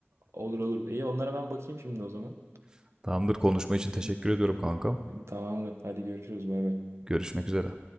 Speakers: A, on the right; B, on the right.
A: Olur olur. İyi onlara ben bakayım şimdi o zaman.
B: <laughs> Tamamdır konuşma için teşekkür
A: Hı,
B: ediyorum kankam.
A: hı. Tamamdır. Hadi görüşürüz. Bay bay.
B: Görüşmek üzere.